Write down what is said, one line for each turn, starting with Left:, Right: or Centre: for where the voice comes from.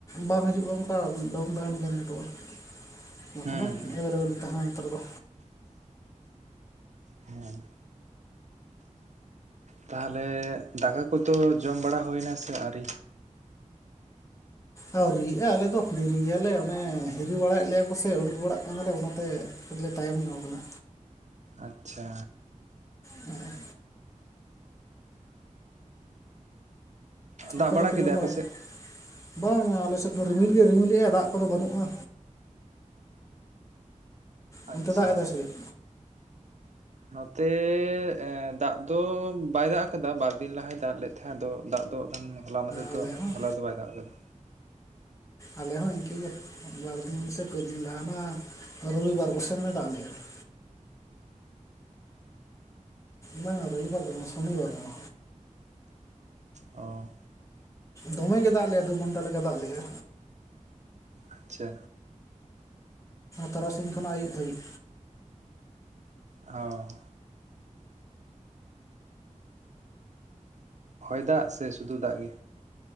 Left: ᱵᱟᱝ ᱦᱤᱡᱩᱜᱼᱟ ᱚᱱᱠᱟ ᱰᱟᱣᱩᱱ ᱛᱟᱦᱮᱸᱱ ᱜᱮᱭᱟ ᱱᱮᱴᱳᱣᱟᱨᱠ ᱵᱟᱠᱷᱟᱱ
Right: ᱦᱮᱸ
Left: ᱫᱚ
Right: ᱦᱮᱸ
Left: ᱮᱵᱮᱞᱮᱵᱮᱞ ᱛᱟᱦᱮᱸᱱᱟ ᱱᱮᱛᱟᱨ ᱫᱚ
Right: ᱦᱮᱸ ᱛᱟᱦᱚᱞᱮ ᱫᱟᱠᱟ ᱠᱚᱫᱚ ᱡᱚᱢ ᱵᱟᱲᱟ ᱦᱩᱭᱱᱟ ᱥᱮ ᱟᱹᱣᱨᱤ
Left: ᱟ. ᱣᱨᱤᱭᱟᱜᱼᱟ ᱟᱞᱮ ᱫᱚ ᱫᱤᱨᱤ ᱜᱮᱭᱟᱞᱮ ᱚᱱᱮ ᱦᱤᱨᱤ ᱵᱟᱲᱟᱭᱮᱫ ᱞᱮᱭᱟ ᱠᱚᱥᱮ ᱩᱰᱩᱠ ᱵᱟᱲᱟᱜ ᱠᱟᱱᱟᱞᱮ ᱚᱱᱟᱛᱮ ᱵᱚᱞᱮ ᱛᱟᱭᱚᱢ ᱧᱚᱜ ᱠᱟᱱᱟ
Right: ᱟᱪᱪᱷᱟ
Left: ᱦᱮᱸ
Right: ᱫᱟᱜ
Left: ᱟᱯᱮ ᱫᱚᱯᱮ
Right: ᱠᱮᱫᱟᱭ
Left: ᱡᱚᱢ
Right: ᱟᱯᱮ
Left: ᱵᱟᱲᱟ ᱠᱮᱫ
Right: ᱥᱮᱫ
Left: ᱵᱟᱝᱟ ᱟᱞᱮ ᱥᱮᱫ ᱮᱫ ᱫᱚ ᱨᱤᱢᱤᱞ ᱜᱮ ᱨᱤᱢᱤᱞᱮᱜᱼᱟ ᱫᱟᱜ ᱠᱚᱫᱚ ᱵᱟᱹᱱᱩᱜᱼᱟ ᱚᱱᱛᱮ
Right: ᱟᱪᱪᱷᱟ
Left: ᱫᱟᱜ ᱮᱫᱟᱭ ᱥᱮ ᱪᱮᱫ
Right: ᱱᱚᱛᱮ ᱫᱟᱜ ᱫᱚ ᱵᱟᱭ ᱫᱟᱜ ᱟᱠᱟᱫᱟ ᱵᱟᱨ ᱫᱤᱱ ᱞᱟᱦᱟᱭ ᱫᱟᱜ ᱞᱮᱫ ᱛᱟᱦᱮᱸᱫ ᱟᱫᱚ ᱫᱟᱜ ᱫᱚ ᱦᱚᱞᱟ ᱢᱟᱫᱷᱮᱨ
Left: ᱟᱞᱮ
Right: ᱫᱚ
Left: ᱦᱚᱸ
Right: ᱦᱚᱞᱟ ᱫᱚ ᱵᱟᱭ ᱫᱟᱜ ᱟᱠᱟᱫᱟ
Left: ᱟᱞᱮ ᱦᱚᱸ ᱤᱱᱠᱟᱹᱜᱮ ᱵᱟᱨᱫᱤᱱ ᱥᱮ ᱯᱮ ᱫᱤᱱ ᱞᱟᱦᱟᱱᱟᱜ ᱨᱚᱵᱤᱵᱟᱨ ᱠᱚ ᱥᱮᱱ ᱮ ᱫᱟᱜ ᱞᱮᱜᱼᱟ <inaudible> ᱵᱟᱝ ᱨᱚᱵᱤᱵᱟᱨ ᱫᱚ ᱵᱟᱝ ᱥᱚᱱᱤᱵᱟᱨ ᱵᱟᱝ
Right: ᱚ
Left: ᱫᱚᱢᱮ ᱜᱮ ᱫᱟᱜᱼᱟ ᱞᱮᱭᱟ ᱫᱩ ᱜᱷᱚᱱᱴᱟ ᱞᱮᱠᱟ ᱫᱟᱜ ᱞᱮᱭᱟ
Right: ᱟᱪᱪᱷᱟ
Left: ᱛᱟᱨᱟᱥᱤᱧ ᱠᱷᱚᱱᱟᱜ ᱟᱹᱭᱩᱵ ᱫᱷᱟᱹᱵᱤᱡ
Right: ᱚ ᱦᱚᱭ ᱫᱟᱜ ᱥᱮ ᱥᱩᱫᱷᱩ ᱫᱟᱜ ᱜᱮ